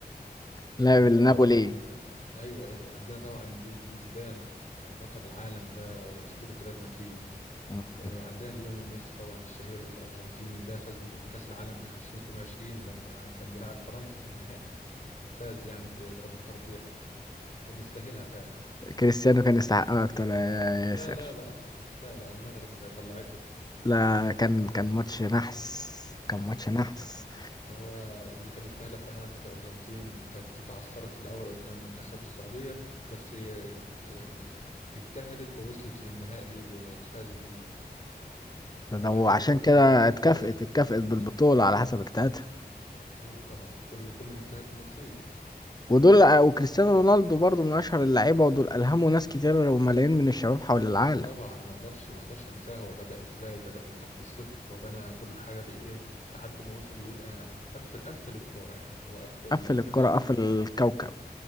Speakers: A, on the left (about 25°); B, on the left (about 45°).
A: لاعب
B: وعندنا
A: النابولي
B: طبعا ايوه ايوه عندنا طبعا زين الدين زيدان آه، بطل العالم ده واسطوره ريال مدريد
A: مم.
B: آه، وعندنا ليونيل ميسي طبعا الشهير الارجنتيني ده فاز بك- بكاس العالم 2022 لما كان بيلعب فرنسا في النهائي فاز يعني بضربات ترجيح كان يستاهلها فعلا
A: كريستيانو كان يستحقها اكتر يا ياسر
B: لا لا لا لا لا المغرب طلعته
A: لا كان كان ماتش نحس كان ماتش نحس
B: هو اللي كان يستاهلها فعلا كانت الارجنتين كانت اتعثرت في الاول قدام منتخب السعوديه بس آه، ك- يعني اجتهدت ووصلت للنهائي وفازت بيه
A: ده
B: ومن بعدها
A: وعشان
B: ميسي
A: كده
B: راح
A: اتكافئت
B: آه،
A: اتكافئت
B: امريكا
A: بالبطولة على حسب اجتهادها
B: ايوه طبعا كل كل مجتهد نصيب
A: ودول وكريستيانو رونالدو برضو من اشهر اللعيبة ودول الهموا ناس كتير وملايين من الشباب حول العالم
B: طبعا ما اقدرش ما اقدرش انساه هو بدأ ازاي بدأ من تحت الصفر وبنى كل حاجة بإيديه لحد ما وصل اللي يبقى قفل قفل الكورة يعني هو قفل
A: قفل الكرة
B: كل ال...
A: قفل الكوكب